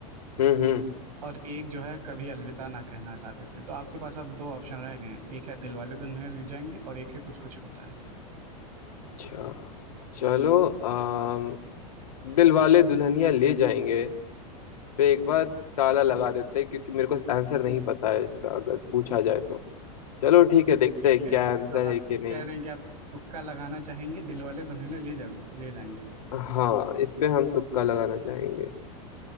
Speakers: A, on the left; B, on the right.
A: हम्म हम्म
B: और एक जो है कभी अलविदा ना कहना हटा देते हैं तो आपके पास अब दो ऑप्शन रह गए हैं एक है दिलवाले दुल्हनिया ले जाएंगे और एक है कुछ कुछ होता है
A: अच्छा चलो अम दिल वाले दुल्हनिया ले जाएंगे पे एक बार ताला लगा देते हैं क्योंकि मेरे को आंसर नहीं पता है इसका अगर पूछा जाए तो चलो
B: तो
A: ठीक है देखते
B: ठीक
A: हैं ठीक
B: है
A: क्या
B: मतलब
A: है आंसर
B: आप
A: है कि नहीं
B: कह रहे हैं कि आप तुक्का लगाना चाहेंगे दिलवाले दुल्हनिया ले जाएंगे ले जाएंगे पे
A: हाँ इस पे हम तुक्का लगाना चाहेंगे